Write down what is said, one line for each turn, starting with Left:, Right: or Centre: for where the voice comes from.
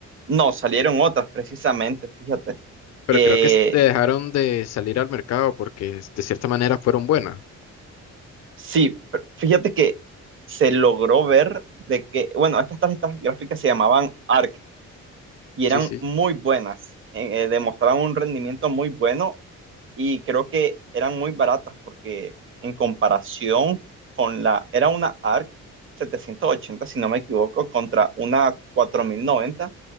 Right: No, salieron otras precisamente, fíjate,
Left: Pero
Right: que
Left: creo que s- dejaron de salir al mercado porque de cierta manera fueron buenas.
Right: sí, pr- fíjate que se logró ver de que, bueno, estas tarjetas gráficas se llamaban ARC y eran
Left: Sí, sí.
Right: muy buenas, eh, eh, demostraban un rendimiento muy bueno y creo que eran muy baratas porque en comparación con la, era una ARC 780 si no me equivoco, contra una 4090